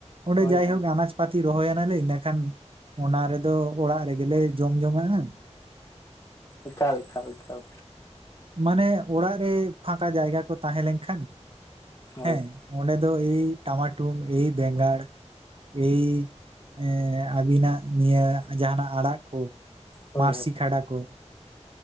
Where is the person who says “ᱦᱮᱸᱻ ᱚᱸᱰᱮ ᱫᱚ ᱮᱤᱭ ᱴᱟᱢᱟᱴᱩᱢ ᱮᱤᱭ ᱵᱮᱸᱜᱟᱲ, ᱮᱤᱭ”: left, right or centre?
Right